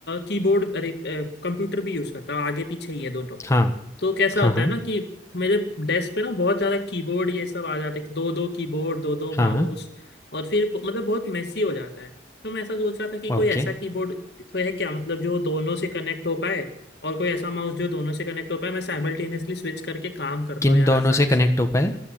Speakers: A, on the left (about 60°); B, on the left (about 15°).
A: कीबोर्ड अरे कंप्यूटर भी यूज करता हूँ आगे पीछे ही है दोनों
B: हाँ,
A: तो कैसा होता
B: हाँ, हाँ,
A: है ना कि मेरे डेस्क पे ना बहुत ज्यादा कीबोर्ड ये सब आ जाते हैं दो दो कीबोर्ड दो दो
B: हाँ,
A: माउस और फिर मतलब बहुत मेसी हो जाता है तो मैं ऐसा सोच रहा था कि कोई
B: ओके।
A: ऐसा कीबोर्ड तो है क्या मतलब जो दोनों से कनेक्ट हो पाए और कोई ऐसा माउस जो दोनों से कनेक्ट हो पाए मैं साइमल्टेनियसली स्विच करके काम कर
B: किन
A: पाऊँ यार
B: दोनों
A: आसानी
B: से कनेक्ट
A: से
B: हो पाए?